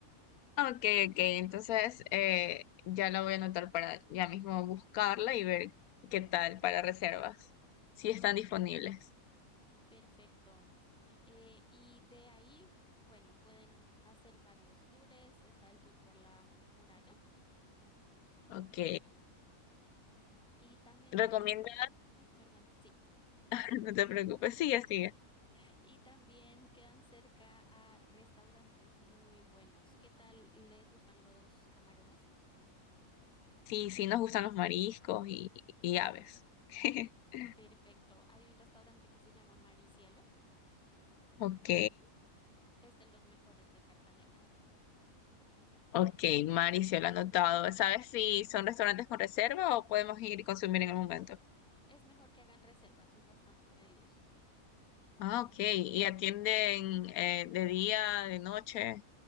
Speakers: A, on the left; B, in the centre.
A: Ok, ok, entonces eh, ya la voy a anotar para ya mismo buscarla y ver qué tal para reservas, si están disponibles.
B: Perfecto. Eh, y de ahí, bueno, pueden hacer varios tours. Está el tour por la muralla
A: Ok,
B: y también
A: recomienda,
B: hay restaurantes. Ay, perdón, sí.
A: <laughs> no te preocupes,
B: <laughs>
A: sigue, sigue.
B: Y también quedan cerca a restaurantes muy buenos. ¿Qué tal les gustan los camarones?
A: Sí, sí nos gustan los mariscos y, y aves. <laughs>
B: Perfecto. Hay un restaurante que se llama Maricielo.
A: Ok.
B: Es de los mejores de Cartagena.
A: Ok, Mari se lo ha anotado. ¿Sabes si son restaurantes con reserva o podemos ir y consumir en el momento?
B: Es mejor que hagan reservas, son bastante pedidos.
A: Ah, ok. ¿Y atienden eh, de día, de noche?